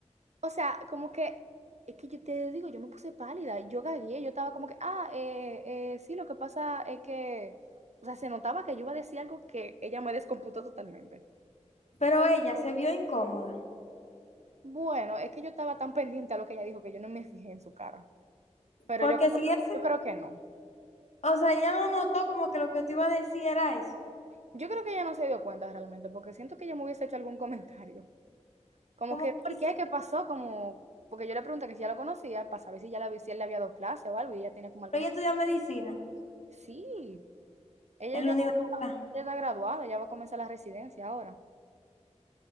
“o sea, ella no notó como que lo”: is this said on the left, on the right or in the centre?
Left